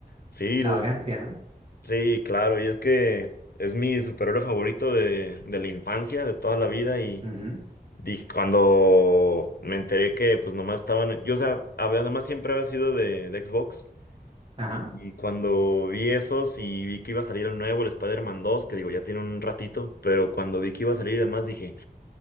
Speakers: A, on the left (about 65°); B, on the right (about 30°).
A: Sí,
B: La
A: l-
B: vagancia, ¿no?
A: sí, claro, y es que es mi superhéroe favorito de, de la infancia, de toda la vida, y
B: Ujú,
A: dije, cuando me enteré que pues nomás estaban, yo, o sea, había- además siempre había sido de, de Xbox.
B: Ajá.
A: Y cuando vi esos y vi que iba a salir el nuevo, el Spider-Man 2, que digo, ya tiene un ratito, pero cuando vi que iba a salir y demás, dije,